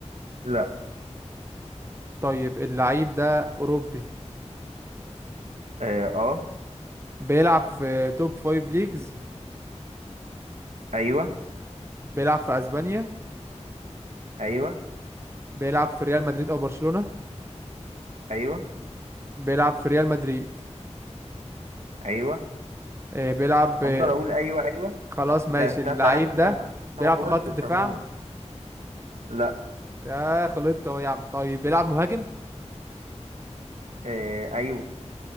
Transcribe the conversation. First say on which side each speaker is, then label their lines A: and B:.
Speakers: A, on the right; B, on the right.
A: لا
B: طيب اللعيب ده اوروبي
A: آه, آه
B: بيلعب في توب فايف ليجز
A: أيوه
B: بيلعب في اسبانيا
A: أيوه
B: بيلعب في ريال مدريد او برشلونة
A: أيوه
B: بيلعب في ريال مدريد
A: أيوه
B: اه بيلعب اه
A: أفضل أقول أيوه أيوه
B: خلاص ماشي
A: أنت أنت
B: اللعيب
A: هتعرفه أنت
B: ده
A: ما أنت
B: بيلعب
A: ما غلطتش
B: في خط الدفاع
A: عموما لا
B: يا خلطت اهو يا عم طيب بيلعب مهاجم
A: آه ايوه